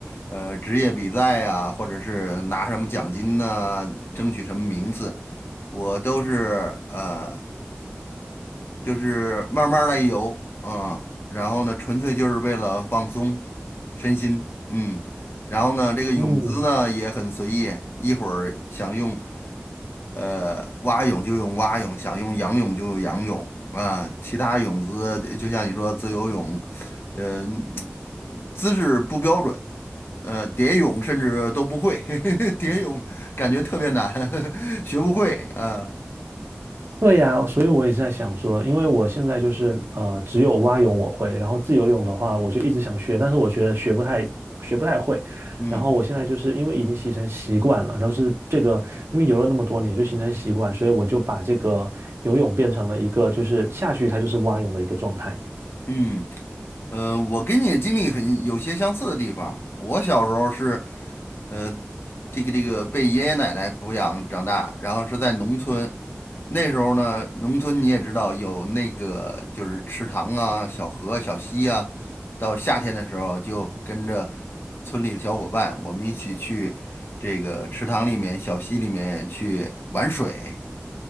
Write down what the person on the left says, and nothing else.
呃，职业比赛呀、或者是拿什么奖金呐、争取什么名次，我都是呃。就是慢慢来游啊，然后呢，纯粹就是为了放松身心，嗯，然后呢，这个泳姿呢也很随意，
一会儿想用呃蛙泳就用蛙泳，想用仰泳就用仰泳啊，其他泳姿就就像你说自由泳，呃，姿势不标准。呃，蝶泳甚至都不会，<laughs> 蝶泳感觉特别难，<laughs> 学不会啊，
嗯
嗯。呃，我跟你的经历很有些相似的地方。我小时候是，呃，这个这个被爷爷奶奶抚养长大，然后是在农村。那时候呢，农村你也知道有那个就是池塘啊、小河、小溪啊。到夏天的时候，就跟着村里的小伙伴，我们一起去这个池塘里面、小溪里面去玩水。